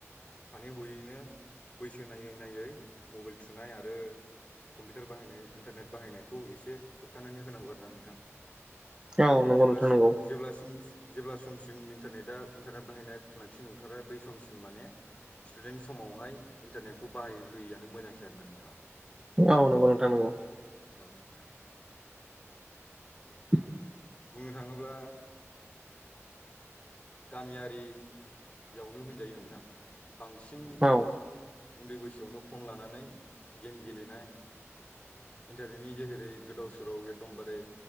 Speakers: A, on the left; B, on the right.
A: सानै हयैनो बैसो नायै नायै मबाइल थुनाय आरो कम्पिउटार बाहायनाय इन्टारनेट बाहायनायखौ एसे होबथानानै होनांगौ आरो ना नोंथां।
B: औ नंगौ
A: जेब्ला
B: नोंथां
A: सो
B: नंगौ
A: जेब्लासिम जेब्ला समसिम इन्टारनेटा इन्टारनेट बाहायनाय गोनांथि नंथारा बै समसिम माने स्टुडेन्ट समाव अहाय इन्टारनेटखौ बाहाय होयियानो मोजांसै आरोना नोंथां।
B: औ नोंगौ नोंथां नोंगौ।
A: औ नोंथां।
B: <inaudible>
A: बुंनो थाङोब्ला गामियारियावनो होनजायो नोंथां। बांसिन
B: औ
A: उन्दै बैसोआवनो फन लानानै गेम गेलेनाय इन्टारनेटनि जेहेरै गोदाव सोराव एकदमबारे